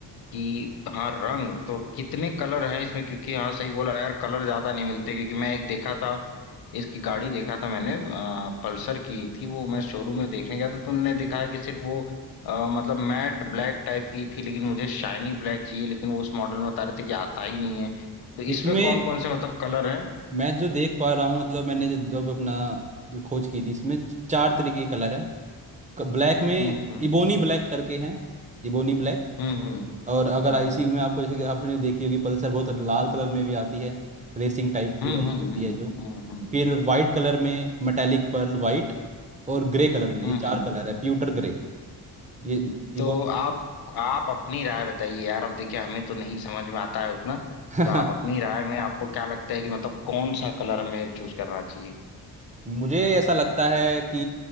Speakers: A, on the left; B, on the right.
A: कि हाँ रंग तो कितने कलर हैं इसमें क्योंकि हाँ सही बोला यार कलर ज्यादा नहीं मिलते क्योंकि मैं एक देखा था इसकी गाड़ी देखा था मैंने अ, पल्सर की थी वो मैं शोरूम में देखने गया था तो उनने दिखाया कि सिर्फ वो अ, मतलब मैट ब्लैक टाइप की थी लेकिन मुझे शाइनी ब्लैक चाहिए लेकिन वो उस मॉडल में बता रहे थे कि आता ही नहीं है तो इसमें
B: इसमें
A: कौन कौन से मतलब कलर हैं
B: मैं जो देख पा रहा हूँ मतलब मैंने ज- जब अपना जो खोज की थी इसमें चार तरीके के कलर है ब्लैक में
A: हम्म हम्म
B: इबोनी ब्लैक करके हैं इबोनी ब्लैक
A: हम्म हम्म
B: और अगर
A: हम्म
B: आईसी में आपको जैसे कि आपने देखी होगी पल्सर बहुत लाल कलर में भी आती है रेसिंग टाइप
A: हम्म
B: की बाइक
A: हम्म
B: होती
A: हम्म
B: है जो
A: हम्म हम्म, हम्म।
B: फिर वाइट कलर में मेटालिक पर्ल वाइट और ग्रे कलर में
A: हम्म
B: ये चार
A: हम्म।
B: कलर है प्यूटर ग्रे ये ये
A: तो आप आप अपनी राय बताइए यार अब देखिए हमें तो नहीं समझ में आता है उतना
B: बहुत
A: तो आप अपनी राय में आपको क्या लगता है कि मतलब कौन सा कलर हमें चूज करना चाहिए
B: <laughs> मुझे ऐसा लगता है कि